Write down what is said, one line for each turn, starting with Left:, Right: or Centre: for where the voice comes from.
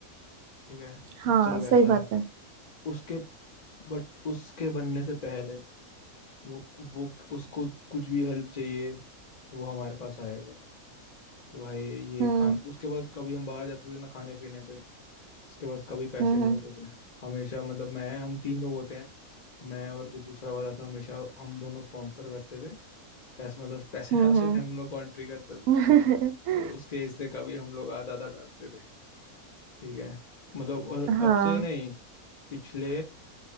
Left: ठीक है
Right: हाँ
Left: चल वैसा
Right: सही बात
Left: है
Right: है
Left: उसके बट उसके बनने से पहले वो वो उसको कुछ भी हेल्प चाहिए तो वो हमारे पास आएगा कि भाई ये
Right: हम्म
Left: खान उसके पास कभी हम बाहर जाते थे ना खाने पीने पे उसके पास कभी पैसे
Right: हम्म
Left: नहीं होते थे हमेशा मतलब मैं हम तीन लोग होते हैं मैं और जो दूसरा वाला था हमेशा हम दोनों स्पॉन्सर करते थे पैसे मतलब पैसे
Right: हम्म
Left: <laughs> डालते थे हम लोग कॉन्ट्री करते थे
Right: हम्म <laughs>
Left: और उसके हिस्से का भी हम लोग आधा आधा डालते थे ठीक है मतलब और
Right: हाँ
Left: अब से नहीं पिछले